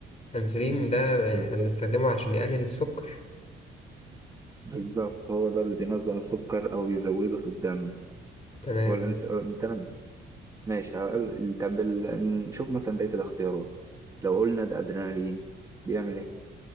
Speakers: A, on the left; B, on the right.
A: الانسولين ده
B: بالظبط
A: احنا بنستخدمه عشان يقلل السكر
B: بالظبط هو ده اللي بينظم السكر أو يزوده في الدم
A: تمام
B: هو الأنس... تمام ماشي هقول- طب ال- نشوف مثلا بقية الاختيارات لو قلنا ده أدرينالين بيعمل إيه؟